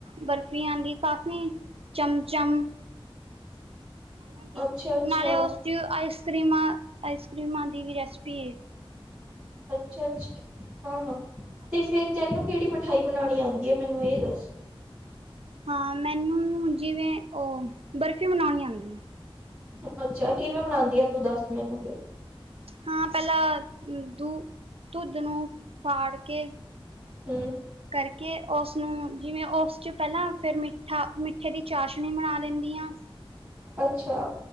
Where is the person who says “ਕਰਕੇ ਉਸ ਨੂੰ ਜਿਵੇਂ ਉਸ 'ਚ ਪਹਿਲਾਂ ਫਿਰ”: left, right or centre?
Right